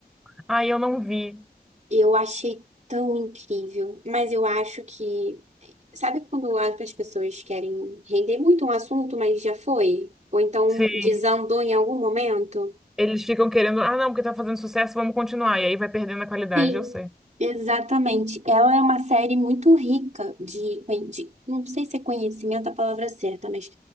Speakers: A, in the centre; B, on the right.
A: Ai, eu não vi.
B: Eu achei tão incrível, mas eu acho que. Sabe quando as pessoas querem render muito um assunto, mas já foi? Ou então
A: Sim.
B: desandou em algum momento?
A: Eles ficam querendo, ah, não, porque tá fazendo sucesso, vamos continuar. E aí vai perdendo a qualidade,
B: Sim,
A: eu sei.
B: exatamente. Ela é uma série muito rica de, conhe- de- não sei se é conhecimento a palavra certa, mas